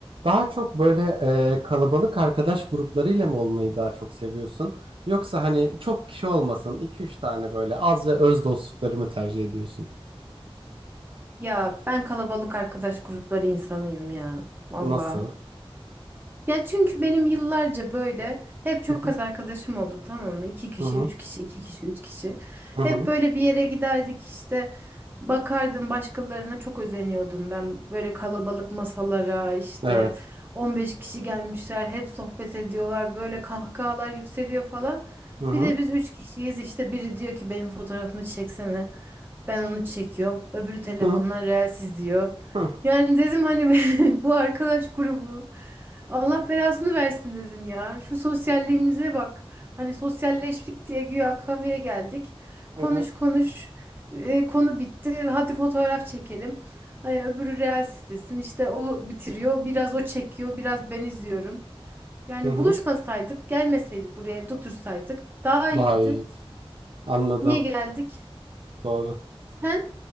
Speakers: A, on the right; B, on the right.
A: Daha çok böyle e, kalabalık arkadaş gruplarıyla mı olmayı daha çok seviyorsun? Yoksa hani çok kişi olmasın iki üç tane böyle az ve öz dostlukları mı tercih ediyorsun?
B: Ya ben kalabalık arkadaş grupları insanıyım ya. Valla.
A: Nasıl?
B: Ya çünkü benim yıllarca böyle hep
A: Hı
B: çok
A: hı
B: az arkadaşım oldu tamam mı? İki kişi,
A: hı hı
B: üç kişi, iki kişi, üç kişi.
A: hı
B: Hep
A: hı.
B: böyle bir yere giderdik işte. Bakardım başkalarına çok özeniyordum ben. Böyle kalabalık masalara işte
A: Evet.
B: 15 kişi gelmişler hep sohbet ediyorlar. Böyle kahkahalar yükseliyor falan.
A: Hı hı
B: Bir de biz üç kişiyiz işte biri diyor ki benim fotoğrafımı çeksene. Ben onu çekiyorum. Öbürü telefondan
A: hı
B: Reels izliyor.
A: hı
B: Yani dedim hani <laughs> bu arkadaş grubu Allah belasını versin dedim ya. Şu sosyalliğimize bak. Hani sosyalleştik diye güya kafeye geldik. Konuş
A: hı hı.
B: konuş. Ee, konu bitti. Hadi fotoğraf çekelim. Hayır, öbürü Reels istesin. İşte o bitiriyor. Biraz o çekiyor. Biraz ben izliyorum. Yani
A: hı. hı.
B: buluşmasaydık, gelmeseydik buraya, evde otursaydık daha iyiydi.
A: Daha iyi. Anladım.
B: Niye geldik?
A: Doğru.
B: Sen?